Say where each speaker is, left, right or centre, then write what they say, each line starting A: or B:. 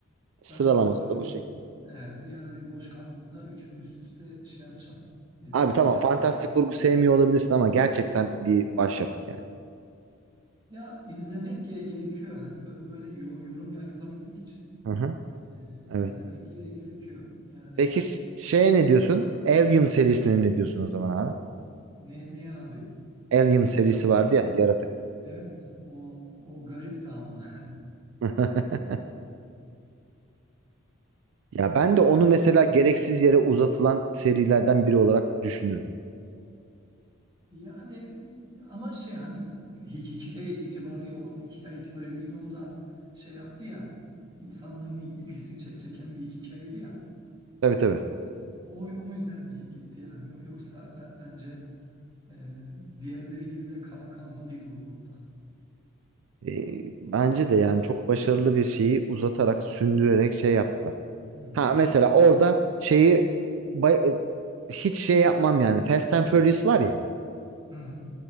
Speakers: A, on the right; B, on the right.
A: Sıralaması
B: Ben bunları
A: da
B: bir
A: bu şekilde.
B: evet bir ara bir boş kaldığımda üçünü üst üste şey yapacağım. İz,
A: Abi
B: izleyeceğim.
A: tamam fantastik kurgu sevmiyor olabilirsin ama gerçekten bir başyapıt yani.
B: Ya izlemek ge- gerekiyor. Hani bö- böyle yo- yorum ya- yapabilmek için
A: Hı hı.
B: e,
A: Evet.
B: izlemek ge- gerekiyor. Yani
A: Peki şeye ne diyorsun? Alien serisine ne diyorsun o zaman abi?
B: ne ne abi?
A: Alien serisi vardı ya yaratık.
B: Evet o o garipti ama.
A: <laughs> Ya ben de onu
B: <laughs>
A: mesela gereksiz yere uzatılan serilerden biri olarak düşünürüm.
B: Yani ama şey hani hi- hikaye itibari o hikaye itibariyle yine o da şey yaptı ya insanların ilgisini çe- çeken bir iki hikayeydi ya.
A: Tabii tabii.
B: Yani O, o yüzden gi- gitti yani. Yo- Yoksa be- bence e, diğerleri gibi de kal- kalmalıydı o, o da.
A: Ee, bence de yani çok başarılı bir şeyi uzatarak, sündürerek şey yaptılar.
B: Hı hı.
A: Ha mesela orada şeyi bay- e, hiç şey yapmam yani. Fast and Furious var ya.
B: Hı hı.